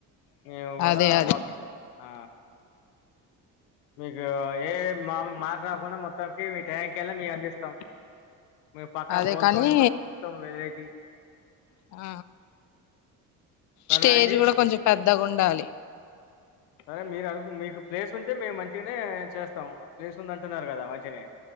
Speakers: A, on the left; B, on the left.
A: నేము కూడా
B: అదే అదే
A: మక్ ఆ మీకు ఏ మా మాట్ రాకుండా మొత్తాంనికి మీ ట్యాంక్ళ మము అందిస్తాం మీ పక్కా
B: అదే
A: పూలతో
B: కానీ
A: మొత్తం వెరైటీ
B: ఆ
A: సరేనా
B: స్టేజ్
A: అండి
B: కూడా కొంచెం పెద్దగా ఉండాలి
A: సరే మీరు అను మీకు ప్లేస్ ఉంటే మేము మంచిగానే చేస్తాం ప్లేస్ ఉంది అంటున్నారు కదా మంచిగానే